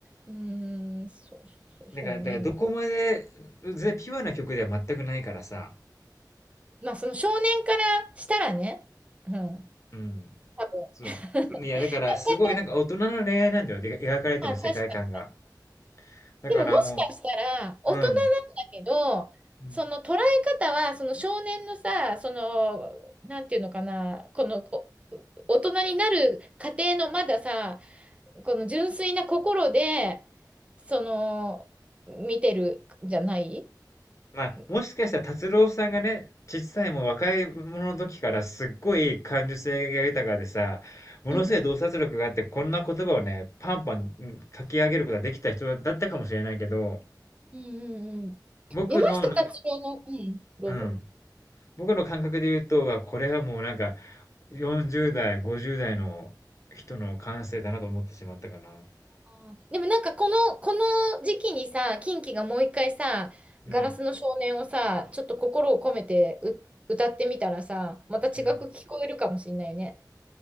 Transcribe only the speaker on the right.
うん、そう、そう、そうね。
まあ、その少年からしたらね、うん、
多分。
<laughs>
だ、
だ
まあ、確かに。
でも、もしかしたら、大人なんだけど、
その捉え方は、その少年のさ、その、なんていうのかな、この、こ大人になる過程のまださ、この純粋な心で、その、見てるじゃない
うん、
うん、
うん、うん。
山下達郎の、
うん、どうぞ。
あーでもなんかこの、この時期にさ、キンキがもう一回さ、
ガラスの少年をさ、ちょっと心を込めてう歌ってみたらさ、また違く聞こえるかもしれないね。